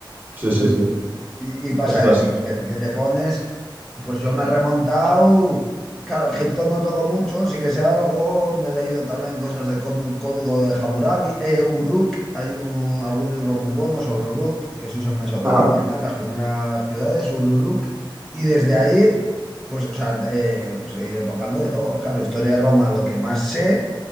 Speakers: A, on the right; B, in the centre.
A: sí,
B: Sí.
A: sí, sí.
B: sí. Y, y pasa
A: O sea,
B: eso,
A: sí.
B: pues que, que te pones Pues yo me he remontado. Claro, Egipto no toco mucho, sí que sé algo. Me he leído también cosas del cóm- código de Hammurabi. Eh, Uruk, hay un- algún libro muy bueno sobre Uruk, Jesús en Mesopotamia,
A: Ajá,
B: además, las primeras ciudades, Uruk. Y desde ahí, pues, o sea, eh, pues he ido tocando de todo. Claro, historia de Roma, lo que más sé,